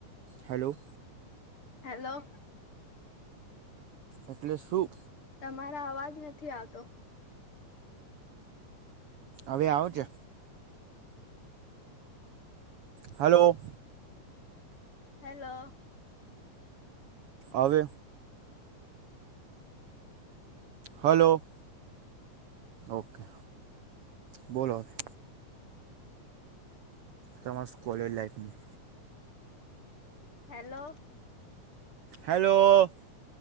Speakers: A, on the right; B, on the left.
A: હલો.
B: હેલો.
A: એટલે શું.
B: તમારા અવાજ નથી આવતો.
A: હવે આવે છે. હલો.
B: હેલો.
A: આવે. હલો. ઓકે બોલોરે. તમા કોલેજ લાઈફમાં.
B: હેલો.
A: હેલો.